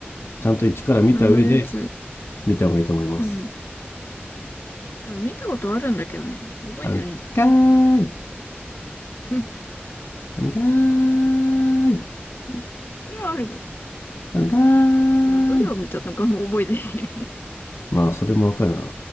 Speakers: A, on the left (about 80°); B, on the left (about 65°).
A: ちゃんと一から見た上で
B: 前のやつ。
A: 見た方がいいと思います。
B: うん。多分見たことあるんだけどね。覚えてないんだよ。
A: あるんかーい。
B: <laughs>
A: あるんかーい。
B: うん。それはあるよ。
A: あるんかーい。
B: でもどれを見たのかも覚えてない。
A: まあ、それもわかるな。